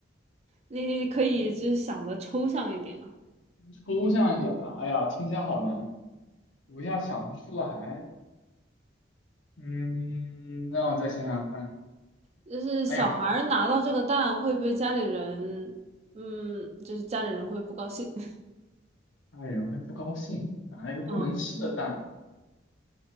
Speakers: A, on the right; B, on the left.
A: 你可以就是想的抽象一点啊，
B: 嗯抽象一点的。哎呀，听起来好难，我一下想不出来。嗯，让我再想想看。
A: 就是小孩儿拿到这个蛋会被家里人，
B: 哎呀，
A: 嗯，就是家里人会不高兴，<laughs>
B: 大人会不高兴，哪一个不能吃的蛋？
A: 嗯，